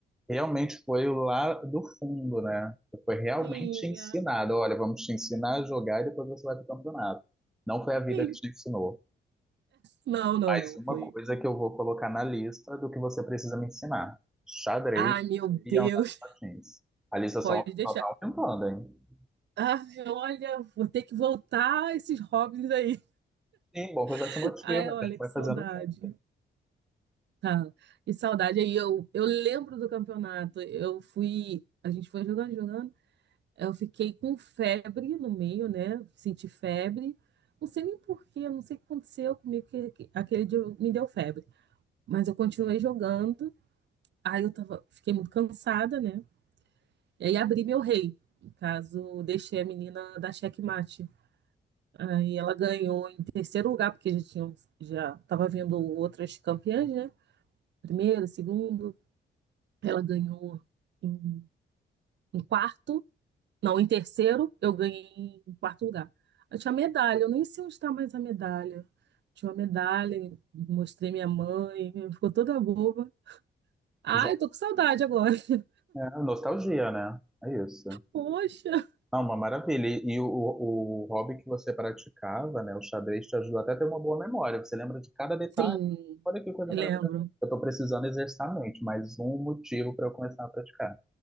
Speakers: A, in the centre; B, on the right (about 60°).
A: Realmente foi lá do fundo, né? Foi realmente
B: tinha,
A: ensinado. Olha, vamos te ensinar a jogar e depois você vai para o campeonato. Não foi a vida
B: sim.
A: que te ensinou.
B: Não, não,
A: Mas
B: não,
A: uma
B: foi.
A: coisa que eu vou colocar na lista do que você precisa me ensinar: xadrez
B: Ai, meu
A: e
B: Deus,
A: andar de patins. A lista só,
B: pode deixar.
A: só tá aumentando, hein?
B: Ai, olha, vou ter que voltar a esses hobbies aí.
A: Sim, bom que eu já
B: <laughs>
A: te motivo,
B: Ai,
A: a
B: olha,
A: gente vai
B: que saudade.
A: fazendo junto.
B: Tá. E saudade aí, eu, eu lembro do campeonato. Eu fui, a gente foi jogando, jogando. Eu fiquei com febre no meio, né? Senti febre. Não sei nem porquê, não sei o que aconteceu comigo, que que aquele dia eu- me deu febre. Mas eu continuei jogando. Aí eu tava, fiquei muito cansada, né? E aí abri meu rei. No caso, eu deixei a menina da xeque-mate. Aí ela ganhou em terceiro lugar, porque já tinha, já tava vendo outras campeãs, né? Primeiro, segundo. Ela ganhou em, em quarto, não, em terceiro, eu ganhei em quarto lugar. Eu tinha medalha, eu nem sei onde está mais a medalha. Tinha uma medalha, mostrei minha mãe, ficou toda boba. Ai,
A: Já,
B: tô com saudade agora. <laughs>
A: é, nostalgia, né? É isso.
B: Poxa.
A: Ah, uma maravilha. E, e o, o, o hobby que você praticava, né? O xadrez te ajudou até a ter uma boa memória. Você lembra de cada detalhe.
B: Sim,
A: Olha que coisa
B: lembro.
A: maravilhosa. Eu estou precisando exercitar a mente, mais um motivo para eu começar a praticar.